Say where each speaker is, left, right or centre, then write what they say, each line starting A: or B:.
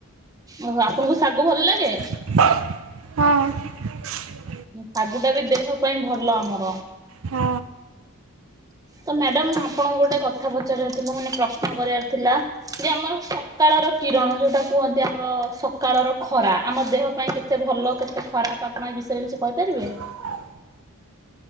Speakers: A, on the right; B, on the right.
A: ଓହୋ ଆପଣଙ୍କୁ ଶାଗୁ ଭଲ ଲାଗେ।
B: ହଁ।
A: ହୁଁ ଶାଗୁ ଟା ବି ଦେହ ପାଇଁ ଭଲ ଆମର।
B: ହଁ।
A: ତ ମ୍ୟାଡାମ ଆପଣଙ୍କୁ ଗୋଟେ କଥା ପଚାରିବ ଥିଲା ମାନେ ପ୍ରଶ୍ନ କରିବାର ଥିଲା। ଯେ ଆମର ସକାଳର କିରଣ ଯୋଉଟା କୁହନ୍ତି ଆମର ସକାଳର ଖରା ଆମ ଦେହ ପାଇଁ କେତେ କେତେ ଭଲ କେତେ ଖରାପ ଆପଣ ଏ ବିଷୟରେ କିଛି କହିପାରିବେ?
B: <inaudible>